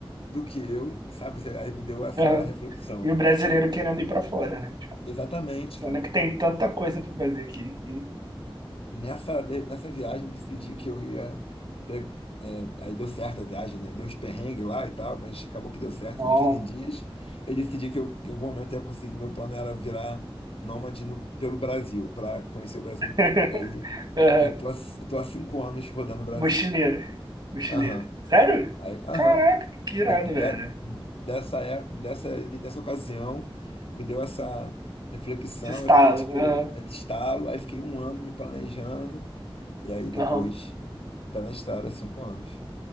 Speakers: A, on the left; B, on the right.
A: do que eu, sabe? Aí me deu essa
B: Aham.
A: reflexão.
B: E o brasileiro querendo ir pra fora, né? Tipo,
A: Exatamente,
B: sendo
A: cara.
B: que tem tanta coisa pra fazer aqui. que-
A: Nessa, de- nessa viagem decidi que eu ia. pe- é, aí deu certo a viagem, né? Deu os perrengues lá e tal, mas acabou que deu certo,
B: Bom.
A: foram 15 dias. Eu decidi que eu, em algum momento eu ia conseguir. Meu plano era virar nômade no- pelo Brasil, para conhecer o Brasil
B: <laughs>
A: inteiro. E aí
B: Aham.
A: eu tô, há- eu tô há cinco anos rodando o Brasil.
B: Mochileiro. Mochileiro.
A: Aham.
B: Sério?
A: Aí, aham,
B: Caraca, que
A: de-
B: irado,
A: de-
B: velho.
A: dessa, é- dessa, dessa ocasião, me deu essa reflexão,
B: Esse estalo.
A: eu fiquei tipo,
B: Aham.
A: entre estalo, aí fiquei um ano me planejando, e aí depois,
B: Aham.
A: pé na estrada, cinco anos.